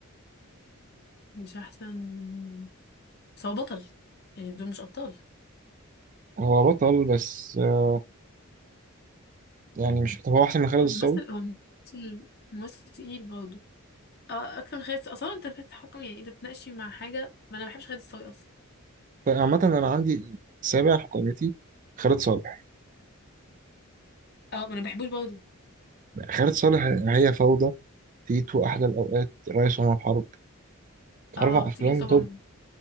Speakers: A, on the left (about 50°); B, on the right (about 40°).
A: مش أحسن من بس هو بطل يعني دول مش أبطال
B: هو بطل بس آه يعني مش طب هو أحسن من خالد
A: لا، هو
B: الصاوي
A: ممثل هو ممثل ممثل تقيل برضه اه آه، اكتر من خيال الس- اصلا انت بتتحكم يعني انت بتناقشي مع حاجه ما انا ما بحبش خيال السوي اصلا
B: فعامة أنا عندي السابع في قائمتي خالد صالح
A: اه ما انا ما بحبوش برضه
B: خالد صالح هي فوضى تيتو أحلى الأوقات رئيس عمر حرب
A: اه
B: أربع أفلام
A: تقيل طبعا
B: توب